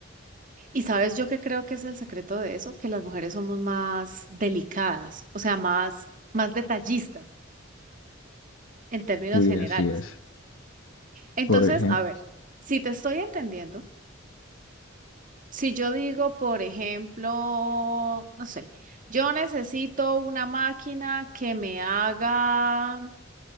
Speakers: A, on the right (about 40°); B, on the left (about 90°).
A: Y sabes yo que creo que es el secreto de eso, que las mujeres somos más delicadas, o sea, más, más detallistas en términos
B: Sí,
A: generales.
B: así es.
A: Entonces,
B: Por ejemplo,
A: a ver, si te estoy entendiendo Si yo digo, por ejemplo, no sé, yo necesito una máquina que me haga